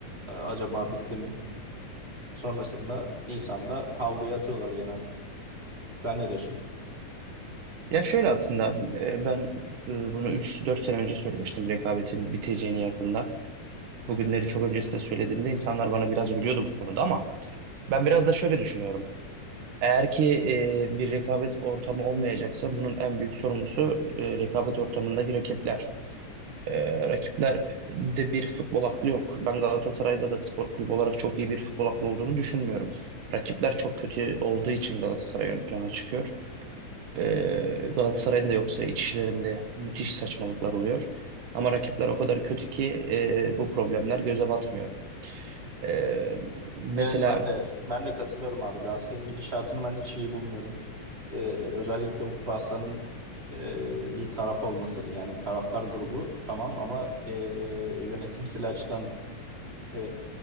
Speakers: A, on the right (about 20°); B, on the right (about 80°).
A: e, acaba bitti mi? Sonrasında Nisan'da havluya atıyorlar genelde. Sen ne diyorsun?
B: Ya şöyle aslında e, ben e, bunu üç dört sene önce söylemiştim rekabetin biteceğini yakında. Bugünleri çok öncesinde söylediğimde insanlar bana biraz gülüyordu bu konuda ama ben biraz da şöyle düşünüyorum. Eğer ki e, bir rekabet ortamı olmayacaksa bunun en büyük sorumlusu e, rekabet ortamındaki rakipler. E, rakipler de bir futbol aklı yok. Ben Galatasaray'da da spor kulübü olarak çok iyi bir futbol aklı olduğunu düşünmüyorum. Rakipler çok kötü olduğu için Galatasaray ön plana çıkıyor. E, Galatasaray'ın da yoksa iç işlerinde müthiş saçmalıklar oluyor. Ama rakipler o kadar kötü ki e, bu problemler göze batmıyor. E, mesela
A: Evet ben de ben de katılıyorum abi. Galatasaray'ın gidişatını ben hiç iyi bulmuyorum. Ee, özellikle Uğur Aslan'ın e, bir taraf olması yani taraftar grubu tamam ama e, yönetimsel açıdan e,